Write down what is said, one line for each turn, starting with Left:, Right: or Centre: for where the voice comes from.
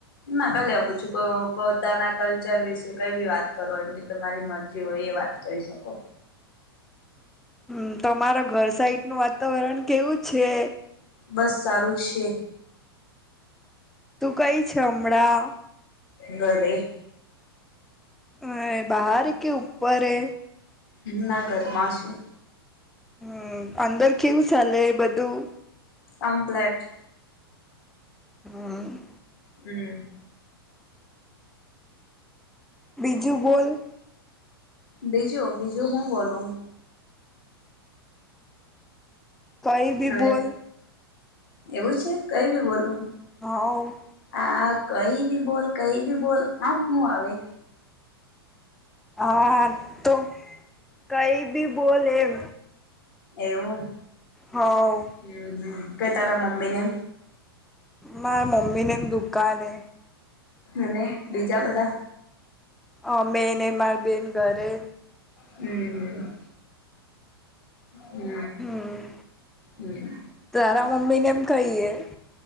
Left: ના કાલે પૂછું પોતાના કલ્ચર વિશે કઈ બી વાત કરો એમ કે તમારી મરજી હોય એ વાત કરીશ શકો
Centre: હમ તમારા ઘર સાઇટ નું વાતાવરણ કેવું છે?
Left: બસ સારું જ છે.
Centre: તું કઈ છે હમણાં?
Left: ઘરે.
Centre: હ બહાર કે ઉપરે
Left: ના ઘરમાં છું.
Centre: હમ અંદર કેવુ સાલે બધું?
Left: કમપ્લેટ.
Centre: હમ્મ
Left: હમ
Centre: બીજું બોલ
Left: બીજું, બીજું હું બોલું?
Centre: કઈ ભી
Left: હવે
Centre: બોલ.
Left: એવું છે? કઈ બી બોલું?
Centre: હાઓ.
Left: આ કઈ બી બોલ, કઈ બી બોલ, આ હુ આવે?
Centre: હા તો, કઈ ભી બોલ એમ.
Left: એવું,
Centre: હવ
Left: હમ હમ કઈ તારા મમ્મીને?
Centre: મારા મમ્મી ને એમ દુકાને.
Left: અને બીજા બધા?
Centre: અ મે ને માર બેન ઘરે.
Left: હમ. હમ
Centre: હમ,
Left: હમ
Centre: તારા મમ્મી ને એમ કહીએે